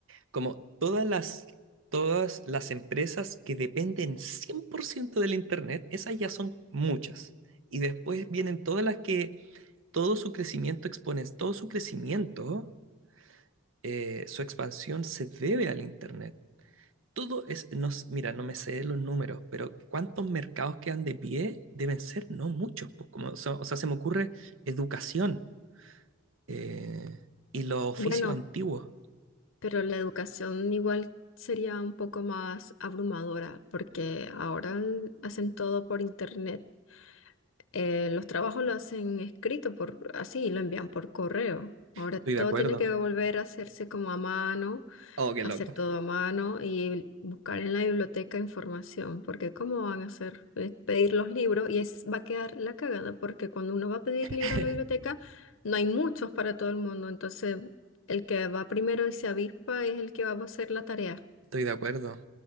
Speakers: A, on the right; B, on the left.
A: Como todas las, todas las empresas que dependen 100% del Internet, esas ya son muchas. Y después vienen todas las que todo su crecimiento exponen, todo su crecimiento, eh, su expansión se debe al Internet. Todo es, no, s- mira, no me sé los números, pero ¿cuántos mercados quedan de pie? Deben ser no muchos, pues, como, so- o sea, se me ocurre educación eh, y los oficios
B: Bueno,
A: antiguos.
B: pero la educación igual sería un poco más abrumadora porque ahora l- hacen todo por internet. Eh, los trabajos lo hacen escrito por así, lo envían por correo. Ahora
A: Estoy
B: todo
A: de acuerdo.
B: tiene que volver a hacerse como a mano
A: Oh, qué
B: hacer
A: loco.
B: todo a mano y buscar en la biblioteca información, porque ¿cómo van a hacer? Es pedir los libros y es, va a quedar la cagada, porque cuando uno va a pedir
A: <laughs>
B: libros a la biblioteca, no hay muchos para todo el mundo, entonces el que va primero y se avispa es el que va a hacer la tarea.
A: Estoy de acuerdo.